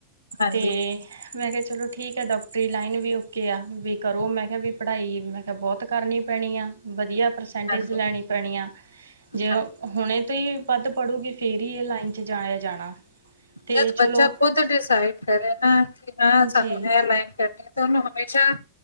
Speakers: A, on the left; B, on the right.
A: ਹਾਂਜੀ,
B: ਤੇ ਮੈਂ ਕਿਹਾ ਚਲੋ ਠੀਕ ਹੈ ਡੋਕਟਰੀ ਲਾਈਨ ਵੀ ਓਕੇ ਆ ਵੀ ਕਰੋ ਮੈਂ ਕਿਹਾ ਵੀ ਪੜ੍ਹਾਈ ਮੈਂ ਕਿਹਾ ਬਹੁਤ ਕਰਨੀ ਪੈਣੀ ਆ ਵਧੀਆ ਪਰਸੈਂਟੇਜ
A: ਹਾਂਜੀ,
B: ਲੈਣੀ ਪੈਣੀ ਆ ਜੇ
A: ਹਾਂਜੀ।
B: ਹੁਣੇ ਤੋਂ ਹੀ ਵੱਧ ਪੜੂਗੀ ਫੇਰ ਹੀ ਇਹ ਲਾਈਨ ਇੱਥੇ ਜਾਯੇ ਜਾਣਾ ਤੇ
A: ਜਦ
B: ਚਲੋ
A: ਬੱਚਾ ਖੁਦ ਡਿਸਾਈਡ ਕਰੇ ਨਾ ਕਿ ਨਾ
B: ਜੀ
A: ਸਾਨੂੰ ਇਹ ਲਾਈਨ ਕਰਨੀ ਤੁਹਾਨੂੰ ਹਮੇਸ਼ਾ